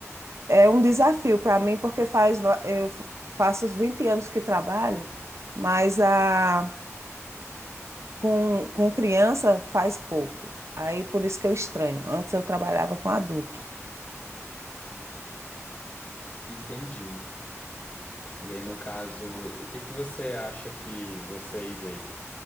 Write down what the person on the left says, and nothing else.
Entendi. E aí, no caso, o que que você acha que vocês aí,